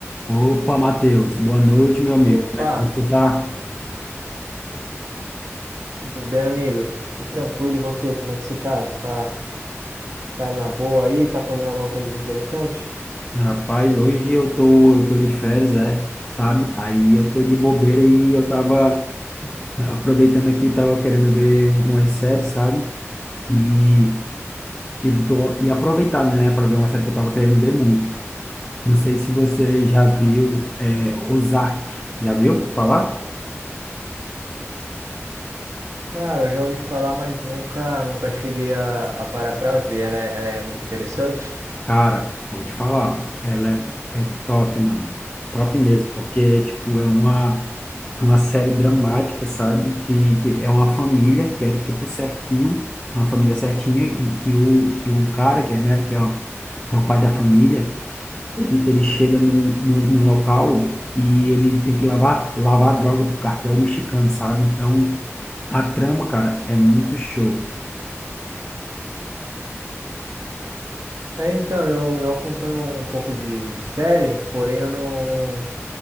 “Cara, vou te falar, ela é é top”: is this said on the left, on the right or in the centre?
Left